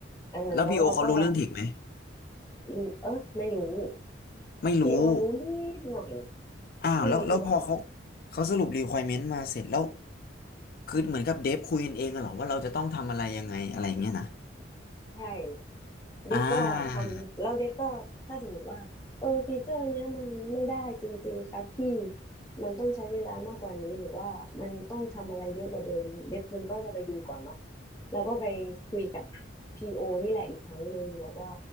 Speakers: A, on the left; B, on the left.
A: เออแล้วเราก็
B: แล้วพีโอเขารู้เรื่องเทคไหม
A: รู้เออไม่รู้
B: ไม่รู้
A: พีโอรู้นิดหน่อย
B: อ้าวแล้วแล้วพอเขา
A: พูดงี้ดีกว่า
B: เขาสรุป requirement มาเสร็จแล้วคือเหมือนกับเดฟคุยกันเองกันเหรอว่าเราจะต้องทำอะไรยังไงอะไรอย่างเงี้ยนะ
A: ใช่ เดฟก็ทำแล้วเดฟก็ถ้าสมมติว่าเออฟีเจอร์เนี้ยมันไม่ได้จริงๆครับพี่
B: อ่า
A: มันต้องใช้เวลามากกว่านี้หรือว่ามันต้องทำอะไรเยอะกว่าเดิมเดฟมันก็จะไปดูก่อนเนาะแล้วก็ไปคุยกับพีโอนี่แหละอีกครั้งหนึ่งบอกว่า